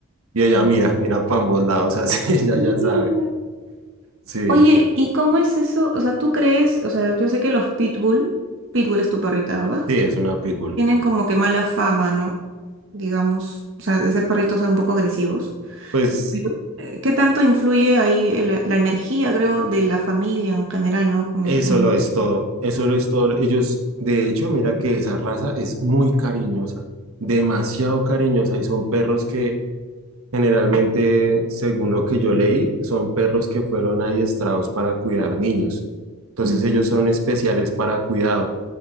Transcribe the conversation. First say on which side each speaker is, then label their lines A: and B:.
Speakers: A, on the right (about 75°); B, on the right (about 55°).
A: Y ella
B: Ujú.
A: mira, mira para ambos lados, <laughs> así ella
B: Qué
A: ya sabe.
B: linda.
A: Sí,
B: Oye, ¿y cómo es eso? O sea, ¿tú crees? O sea, yo sé que los pitbull, pitbull es tu perrita, ¿verdad?
A: sí, es una pitbull.
B: Tienen como que mala fama, ¿no? Digamos, o sea, de ser perritos un poco agresivos.
A: Pues
B: Pero, eh, ¿qué tanto influye ahí el- eh, la, energía, creo, de la familia en general, ¿no? Mm,
A: eso lo
B: mm.
A: es todo, eso lo es todo. Ellos, de hecho, mira que esa raza es muy cariñosa, demasiado cariñosa y son perros que generalmente, según lo que yo leí, son perros que fueron adiestrados para cuidar niños. Entonces
B: Ujú,
A: ellos son especiales para cuidado.